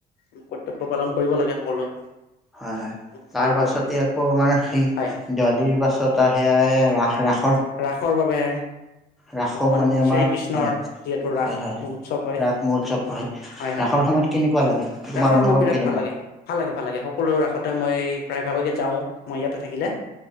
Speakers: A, on the left; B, in the centre.
A: আমি কৰ্তব্য, পালন কৰিব লাগে সকলোৱে।
B: হয়-হয়।
A: উৎসৱৰ
B: তাৰ পাছতে
A: বাবে
B: আকৌ আমাৰ, সেই
A: হয়
B: দেৱালিৰ পাছত আহ সে ৰাস-ৰাস
A: ৰাসৰ বাবে
B: ৰাসো
A: ভগৱান
B: মানে আমাৰ
A: শ্ৰীকৃষ্ণৰ
B: হয়,
A: যিহেতু ৰাস
B: হয়, হয়,
A: মহোৎসৱ হয়।
B: ৰাস মহোৎসৱ হয়।
A: হয়।
B: ৰাসৰ সময়ত কেনেকুৱা লাগে তোমাৰ
A: ৰাসৰ
B: অনুভৱ
A: সময়ত বিৰাট
B: কেনেকুৱা?
A: ভাল লাগে ভাললাগে-ভাল লাগে সকলো ৰাসতে মই প্ৰায় ভাৱোগে যাওঁ মই ইয়াতে থাকিলে,